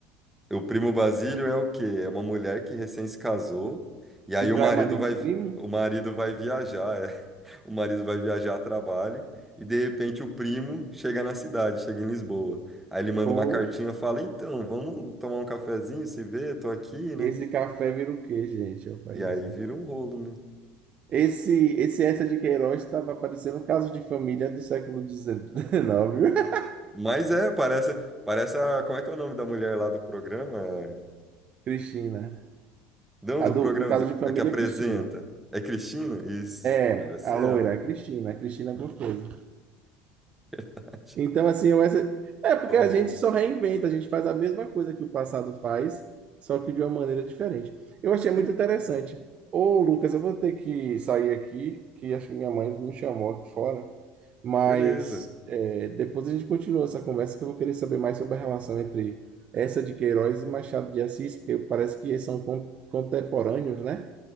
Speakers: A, in the centre; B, on the right.
A: O primo Basílio é o quê? É uma mulher que recém se casou e aí
B: E
A: o
B: trai
A: marido
B: o marido
A: vai,
B: do
A: vi-
B: primo?
A: o marido vai viajar, é. <laughs> O marido vai viajar a trabalho e de repente o primo chega na cidade, chega em Lisboa. Aí ele manda
B: Poxa,
A: uma cartinha, fala: "Então, vamos tomar um cafezinho, se vê, tô aqui,
B: esse
A: né?"
B: café vira o quê, gente? É o país,
A: E aí
B: né?
A: vira um rolo, né?
B: Esse, esse essa de Queiroz estava aparecendo um caso de família do século XIX, <laughs>
A: Mas é, parece, parece a, como é que é o nome da mulher lá do programa? É-
B: Cristina.
A: não,
B: A
A: do
B: do,
A: programa
B: do caso
A: do-
B: de família,
A: é que apresenta.
B: é Cristina.
A: É Cristina? Isso.
B: É,
A: Parece
B: a loira,
A: ela.
B: a Cristina, a Cristina alguma coisa.
A: <laughs>
B: Então, assim, eu- essa... é porque
A: Só
B: a
A: rolo.
B: gente só reinventa, a gente faz a mesma coisa que o passado faz, só que de uma maneira diferente. Eu achei
A: Sim,
B: muito interessante. Ô, Lucas, eu vou ter que sair aqui, que acho que minha mãe me chamou aqui fora, mas
A: beleza.
B: é, depois a gente continua essa conversa, que eu vou querer saber mais sobre a relação entre essa de Queiroz e Machado de Assis, porque parece que eles são con- contemporâneos, né?